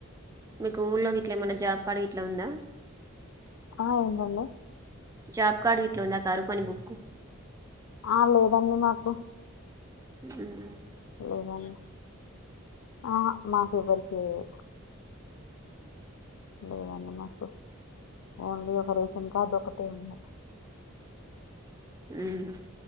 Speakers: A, on the right (about 15°); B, on the left (about 75°).
A: మీకు ఊర్లో గిట్లా ఏమన్నా జాబ్ కార్డు గిట్లా ఉందా.
B: ఆ అయిందాండి
A: జాబ్ కార్డ్ గిట్లుందా కారువ్ పని బుక్కు
B: ఆ లేదండి మాకు
A: ఉహ్మ్
B: లేదాండి. ఆ హా మాకు ఎవల్కి లేదు. లేదండి మాకు. ఓన్లీ ఒక రేషన్ కార్డు ఒకటే ఉంది.
A: హుమ్మ్